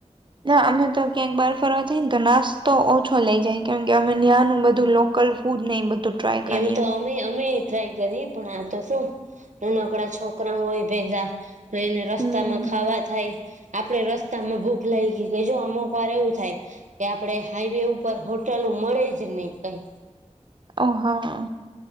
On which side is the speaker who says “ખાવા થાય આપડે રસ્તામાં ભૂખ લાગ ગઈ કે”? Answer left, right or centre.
Right